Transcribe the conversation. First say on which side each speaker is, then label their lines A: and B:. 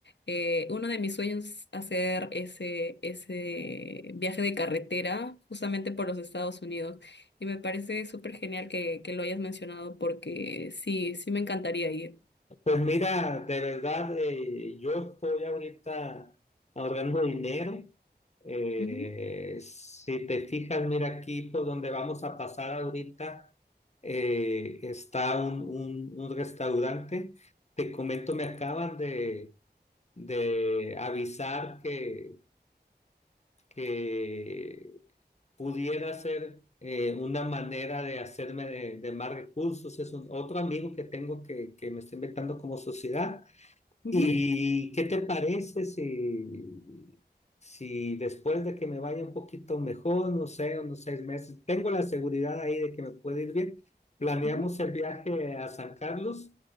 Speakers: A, on the left; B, on the left.
A: eh, uno de mis sueños hacer ese, ese viaje de carretera justamente por los Estados Unidos. Y me parece súper genial que, que lo hayas mencionado porque sí, sí me encantaría ir.
B: Pues mira, de verdad, eh, yo estoy ahorita ahorrando dinero. Eh,
A: Ujú,
B: si te fijas, mira aquí por donde vamos a pasar ahorita, eh, está un, un- un restaurante. Te comento, me acaban de, de avisar que, que pudiera ser eh, una manera de hacerme de, de más recursos. Es un- otro amigo que tengo que, que me está invitando como sociedad.
A: ujú,
B: ¿Y qué te parece si, si después de que me vaya un poquito mejor, no sé, unos seis meses, tengo la seguridad ahí de que me puede ir bien, planeamos
A: ujú.
B: el viaje a San Carlos,